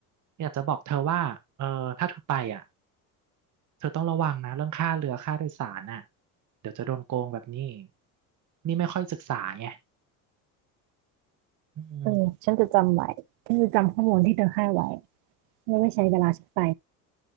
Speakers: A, on the right; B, on the right.
A: อยากจะบอกเธอว่าเออถ้าเธอไปอ่ะ เธอต้องระวังนะเรื่องค่าเรือค่าโดยสารน่ะเดี๋ยวจะโดนโกงแบบนี้นี่ไม่ค่อยศึกษาไงอืม
B: เออฉันจะจำไว้ฉันจะจำข้อมูลที่เธอให้ไว้ไม่ไว้ใช้เวลาฉันไป